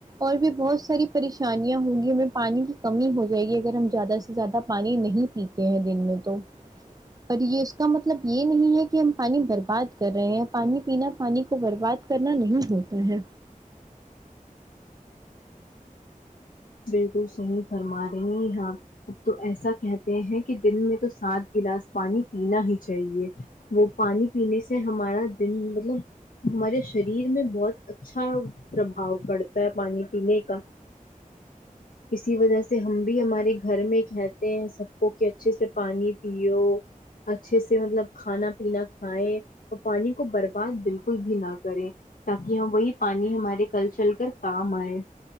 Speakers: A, on the right; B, on the left.
A: اور بھی بہت ساری پریشانیاں ہوں گی ہمیں پانی کی کمی ہو جائے گی اگر ہم زیادہ سے زیادہ پانی نہیں پیتے ہیں دن میں تو اور یہ اس کا مطلب یہ نہیں ہے کہ ہم پانی برباد کر رہے ہیں پانی پینا پانی کو برباد کر نا نہیں ہوتا ہے
B: بالکل صحیح فرما رہی ہیں آپ اب تو ایسا کہتے ہیں کہ دن میں تو سات گلاس پانی پینا ہی چاہیے وہ پانی پینے سے ہمارا دن مطلب ہمارے شریر میں بہت اچھا پربھاؤ پڑتا ہے پانی پینے کا اسی وجہ سے ہم بھی ہمارے گھر میں کہتے ہیں سب کو کہ اچھے سے پانی پیو اچھے سے مطلب کھانا پینا کھائیں اور پانی کو برباد بالکل بھی نہ کریں تاکی ہم وہی پانی ہمارے کل چل کر کام آئے